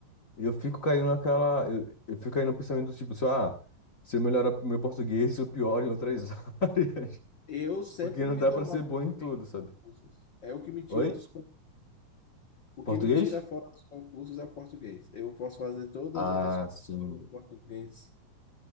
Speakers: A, on the left; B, on the left.
A: E eu fico caindo naquela. Eu, eu fico caindo no pensamento do tipo, assim, ah, se eu melhorar meu português, eu pioro em outras <laughs> áreas.
B: Eu sempre
A: Porque não
B: me
A: dá
B: dou
A: pra
B: mal
A: ser
B: em
A: bom
B: português
A: em tudo,
B: nos
A: sabe?
B: concursos. É o que me tira
A: Oi?
B: dos concursos. O
A: Português?
B: que me tira fora dos concursos é o português. Eu posso fazer todas
A: Ah,
B: as outras coisas
A: sim.
B: que chegam no português.